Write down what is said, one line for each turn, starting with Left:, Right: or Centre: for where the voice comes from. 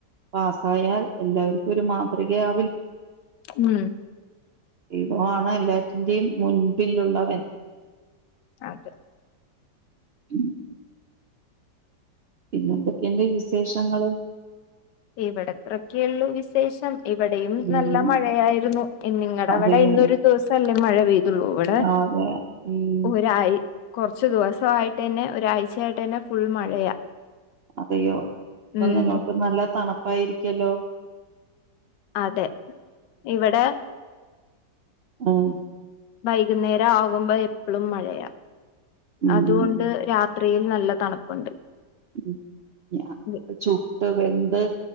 Right: പാസ്സായാൽ എല്ലാവർക്കും ഒരു മാതൃകയാ
Left: ഉം
Right: ദൈവൊവിണ് എല്ലാറ്റിന്റിം മുൻപിലുള്ളവൻ
Left: അതെ
Right: <unintelligible> പിന്നെന്തൊക്കെണ്ട് വിശ് ശേഷങ്ങള്
Left: ഇവിടത്രക്കെള്ളൂ വിശേഷം ഇവിടെയും
Right: ഉം
Left: നല്ല മഴയായിരുന്നു നിങ്ങട
Right: അതെയോ
Left: അവ്ടെ ഇന്നൊരു ദുവസല്ലേ മഴ പെയ് ട്ടുള്ളു ഇവിടെ
Right: ആ, അതെ ഉം
Left: ഒരായി കുറച്ചു ദുവസായിട്ട് തന്നെ ഒരാഴ്ചയായിട്ട് തന്നെ ഫുൾ മഴയാ
Right: അതെയോ ഇപ്പൊ
Left: ഉം
Right: നിങ്ങൾക്ക് നല്ല തണു പ്പായിരിക്കല്ലോ
Left: അതെ ഇവിടെ
Right: ഉം
Left: വൈകുന്നേര ആകുമ്പോ എപ്പളും മഴയാ
Right: ഉം
Left: അതുകൊണ്ട്
Right: ഉം
Left: രാത് ത്രിയിൽ നല്ല തണുപ്പുണ്ട്
Right: <inaudible> ഞാൻ
Left: വി-
Right: ചുട്ട് വെന്ത്